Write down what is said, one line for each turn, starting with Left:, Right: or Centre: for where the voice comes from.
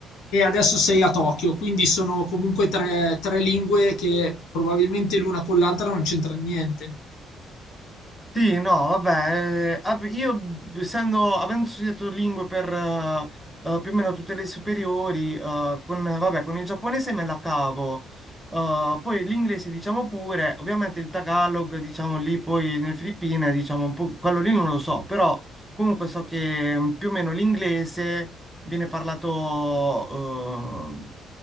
Left: e adesso sei a Tokyo, quindi sono comunque 3- 3 lingue che probabilmente l'una con l'altra non c'entra niente.
Centre: Sì, no, vabbè, eh, ab- io essendo, avendo studiato lingue per eh, eh, più o meno tutte le superiori, eh, con, vabbè, con il giapponese me la cavo, Eh, poi l'inglese diciamo pure, ovviamente il Tagalog diciamo lì poi nelle Filippine diciamo un po', quello lì non lo so, però comunque so che mm, più o meno l'inglese viene parlato eh,